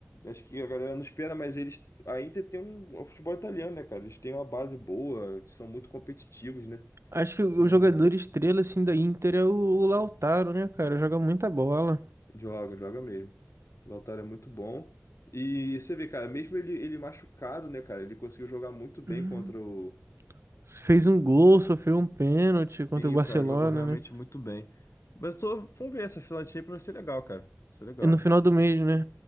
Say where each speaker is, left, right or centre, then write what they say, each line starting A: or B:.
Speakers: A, on the left; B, on the right.
A: Acho que a galera não espera, mas eles ainda tem um o futebol italiano, né, cara? Eles têm uma base boa, são muito competitivos, né?
B: acho que o
A: Então,
B: jogador estrela assim da Inter é o, o Lautaro, né, cara? Joga muita bola.
A: joga, joga mesmo. O Lautaro é muito bom. E você vê, cara, mesmo ele, ele machucado, né, cara? Ele conseguiu jogar muito bem
B: Uhum.
A: contra o.
B: Fez um gol, sofreu um pênalti contra
A: Sim,
B: o Barcelona,
A: o cara jogou realmente
B: né?
A: muito bem. Mas tô, vamos ver essa filantinha pra ser legal, cara. Vai ser legal.
B: E no final do mês, né?